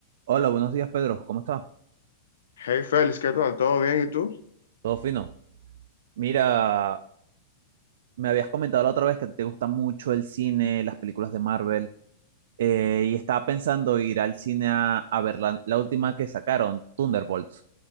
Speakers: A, on the right; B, on the left.
A: Hola, buenos días, Pedro. ¿Cómo estás?
B: Hey Félix, ¿qué tal? ¿Todo bien? ¿Y tú?
A: Todo fino. Mira, me habías comentado la otra vez que te gusta mucho el cine, las películas de Marvel, eh, y estaba pensando ir al cine a, a ver la, la última que sacaron, Thunderbolts.